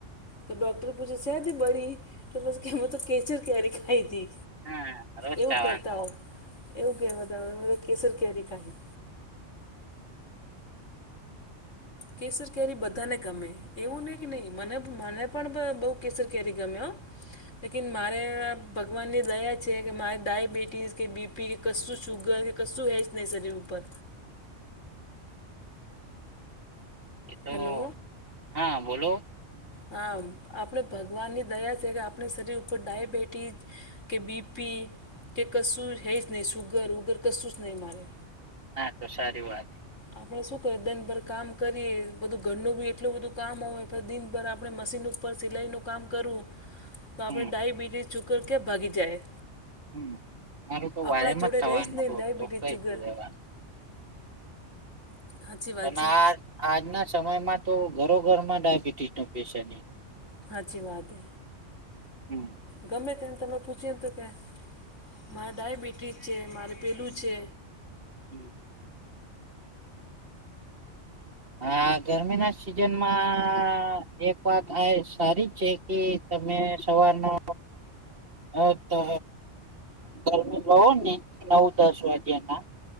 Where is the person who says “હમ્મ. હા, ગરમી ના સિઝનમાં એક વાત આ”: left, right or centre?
Right